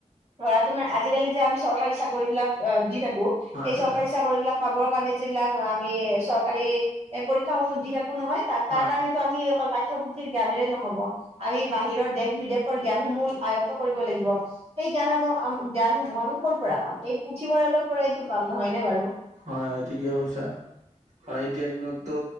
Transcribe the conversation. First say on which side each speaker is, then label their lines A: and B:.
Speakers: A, on the right; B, on the right.
A: লৰা তোমাৰ আজিকালি যে আমি চৰকাৰী চাকৰি বিলাক দি থাকো। স
B: হয়
A: চৰকাৰী
B: হয়
A: চাকৰি বিলাক পাব কাৰণে যিলাক আমি চৰকাৰী পৰীক্ষা সমহ দি থ কো নহয় ত
B: হয়
A: কাৰণেতটো আমি অকল <unintelligible> পাঠ পুথিৰ জ্ঞানেৰে নহব আমি বাহিৰৰ দেশ বিদেশৰ জ্ঞানসমূহ আয়ত্ব কৰিব লাগিব সেই- জান জ্ঞান মই কৰ পৰা পাম এই পুথিভঁৰালৰ পৰাইতো পাম নহয়নে বাৰু? <unintelligible>
B: হয় ঠিকে কৈছা। এতিয়া দিনতটো